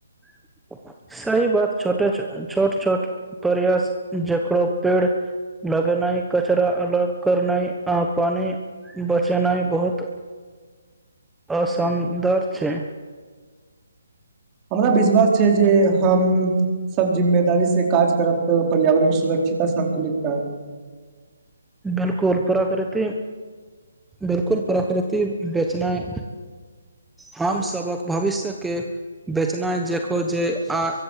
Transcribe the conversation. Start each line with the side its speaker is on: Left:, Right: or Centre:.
Centre: <unintelligible> सही बात छोटे छोट छोट प्रयास जकड़ो पेड़ लगनाइ कचरा अलग करनाइ अ पानि बचेनाइ बहुत असन्दर छै
Right: हमरा विश्वास छै जे हम सब जिम्मेदारी से काज करब तऽ पर्यावरण सुरक्ष चिता संतुलित क
Centre: बिल्कुल प्राकृति बिल्कुल प्रकृति बेचनाइ हम सभक भविष्यके बेचनाइ देखो जे आ